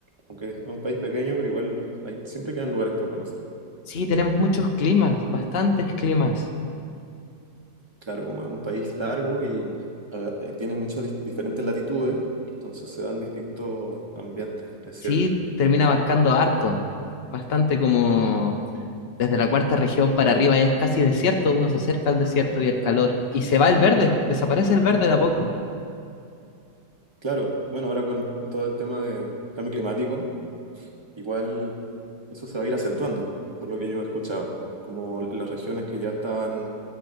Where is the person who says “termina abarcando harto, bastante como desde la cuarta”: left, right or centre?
Left